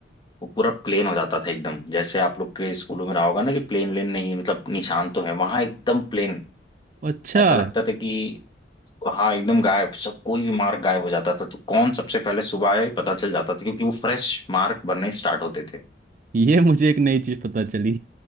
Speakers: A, on the left (about 25°); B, on the right (about 45°).
A: वो पूरा प्लेन हो जाता था एकदम जैसे आप लोग के स्कूलों में रहा होगा ना कि प्लेन लेन नहीं है, मतलब निशान तो है वहां एकदम प्लेन
B: अच्छा
A: ऐसा लगता था कि हाँ एकदम गायब सब कोई भी मार्क गायब हो जाता था तो कौन सबसे पहले सुबह आया ये पता चल जाता था क्योंकि वो फ्रेश मार्क बनने स्टार्ट होते थे
B: ये मुझे एक नई चीज पता चली